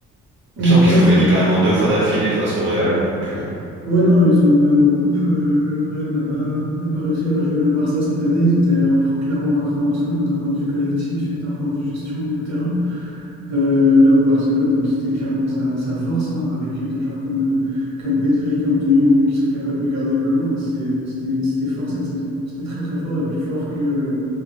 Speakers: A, on the right; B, on the right.
A: Mm,
B: Il me semble
A: ouais,
B: qu'ils
A: c'est
B: ont gagné
A: vrai.
B: carrément deux fois d'affilée face au Real, donc. euh,
A: Ouais, non, ils ont même en coupe, euh, le Real n'a pas, n'a pas réussi à jouer le Barça cette année. Ils étaient euh, clairement un cran en dessous euh, d'un point de vue collectif et d'un point de vue gestion au milieu de terrain. Euh, là où Barcelone, c'était clairement sa, sa force, hein, avec euh, des joueurs comme, euh, comme Pedri, comme De Jong, euh, qui sont capables de garder le ballon. euh, C'est- C'était, c'était fort cette saison. C'était très très fort et plus fort que,